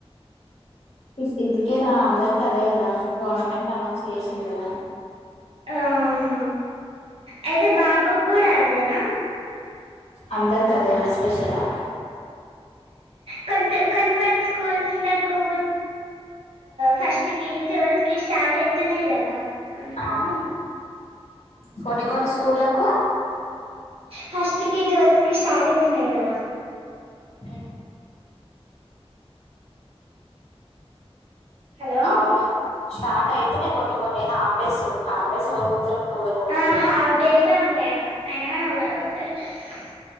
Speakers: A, on the left (about 80°); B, on the right (about 65°).
A: ఫిఫ్టీన్త్కే రా అందరికి అదే కదా గవర్నమెంట్ అనౌన్స్ చేసింది కదా
B: ఆహ అయితే బాబుకి కూడా అదేనా
A: అందరు కద ఏమైనా స్పెషలా
B: క కన్ కన్ స్కూల్స్ కు ఫస్ట్ కి ట్వల్త్ కి స్టార్ట్ అయితునే ఇదదా అందుకని
A: ఆ కొన్ని కొన్ని స్కూళ్లకు
B: ఫస్ట్కి టైవెల్త్ కి స్టార్ట్ అయితున్నయ్ కదా
A: ఆ
B: హలో
A: అవును స్టార్ట్ అయితేనే కొన్ని కొన్ని హాఫ్ డేస్ హాఫ్ డేస్ ఎవరు పోతారు ఎవరు పోరు
B: ఆ
A: కదా
B: హాఫ్ డేసే ఉంటయ్ అయిన కాని అవ్ <unintelligible>